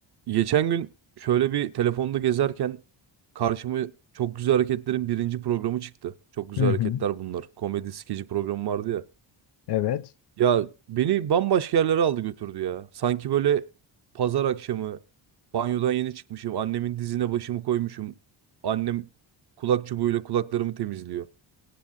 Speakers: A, on the right; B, on the left.
A: Geçen gün şöyle bir telefonda gezerken karşıma Çok Güzel Hareketler'in birinci programı çıktı. Çok Güzel
B: Hı
A: Hareketler
B: hı.
A: bunlar. Komedi skeci programı vardı ya.
B: Evet.
A: Ya beni bambaşka yerlere aldı götürdü ya. Sanki böyle pazar akşamı banyodan yeni çıkmışım. Annemin dizine başımı koymuşum. Annem kulak çubuğuyla kulaklarımı temizliyor.